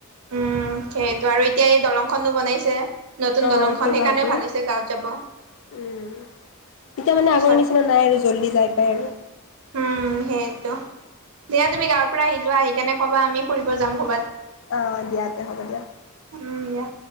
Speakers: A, on the right; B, on the left.
A: উম সেইটো আৰু এতিয়া এই দলংখনো বনাইছে। নতুন
B: অ',
A: দলংখন
B: উত্তৰ
A: সেইকাৰণেও
B: গুৱাহাটীৰ
A: ভাল হৈছে গাঁৱত যাব।
B: উম। এতিয়া মানে
A: ওচৰত
B: আগৰ নিচিনা নাই আৰু জল্দি যাই পাই আৰু।
A: উম সেইটো দিয়া তুমি গাঁৱৰ পৰা আহি লোৱা আহি কেনে ক'বা আমি ফুৰিব যাম ক'ৰবাত।
B: আহ দিয়া তে হ'ব দিয়া।
A: উম দিয়া